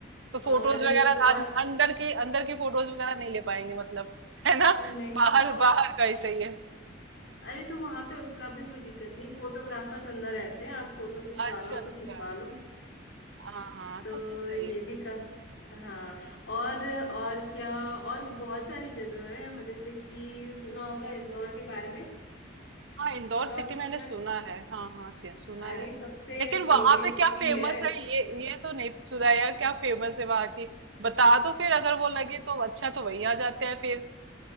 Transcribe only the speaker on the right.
तो फोटोज
वगैरह
अं- अंदर की अंदर की फोटोज वगैरह नहीं ले पाएंगे मतलब है ना
बाहर
बाहर का ही सही है
अच्छा
अच्छा
हाँ हाँ
तब तो सही
है फिर
हाँ इंदौर
सिटी
मैंने
सुना
है हाँ हाँ सु- सुना
है
लेकिन
वहां पे क्या
फेमस
है ये ये तो नहीं सुना यार क्या फेमस है वहां की बता दो फिर अगर वो लगे तो अच्छा तो वही आ जाते हैं फिर